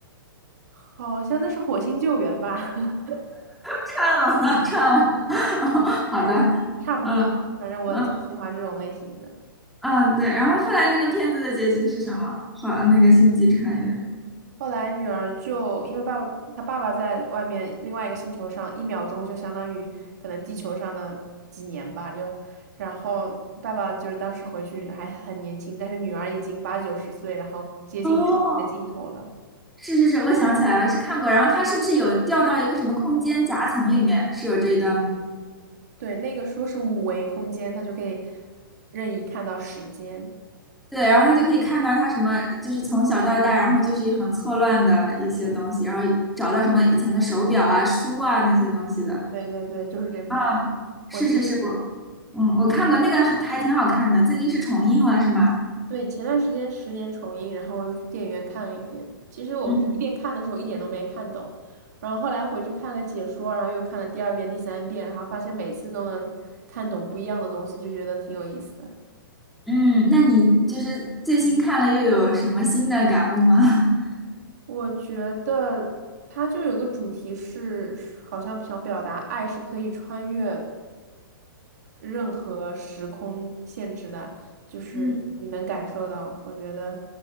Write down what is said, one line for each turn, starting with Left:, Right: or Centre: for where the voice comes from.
Right: 好像那是火星救援吧，<laughs>
Centre: 串了 <laughs> 串了。<laughs> 哦好的，
Right: 但差不多，
Centre: 嗯
Right: 反正我挺喜欢这种类型的。
Centre: 嗯嗯，对。然后后来那个片子的结局是什么？好，那个星际穿越。
Right: 后来女儿就因为爸爸，她爸爸在外面另外一个星球上，一秒钟就相当于可能地球上的几年吧，就，然后爸爸就是当时回去还很年轻，但是女儿已经八九十岁，然后接近生命的尽头了。
Centre: 哦，是是是，我想起来了，是看过。然后他是不是有掉到一个什么空间夹层里面？是有这一段吗？
Right: 对，那个说是五维空间，它就可以任意看到时间。
Centre: 对，然后他就可以看到他什么，就是从小到大，然后就是很错乱的一些东西，然后找到什么以前的手表啊、书啊那些东西的。
Right: 对对对，就是这部剧，
Centre: 啊，是是是，
Right: 我挺。
Centre: 我嗯，我看过那个还还挺好看的，最近是重映了是吗？
Right: 对，前段时间《十年重映》，然后我又去电影院看了一遍。其实我第一遍看的时候一点都没看懂，
Centre: 嗯
Right: 然后后来回去看了解说，然后又看了第二遍、第三遍，然后发现每次都能看懂不一样的东西，就觉得挺有意思的。
Centre: 嗯，那你就是最新看了又有什么新的感悟吗？<laughs>
Right: 我觉得它就有个主题是，好像想表达爱是可以穿越任何时空限制的，就是你能感受到。
Centre: 嗯
Right: 我觉得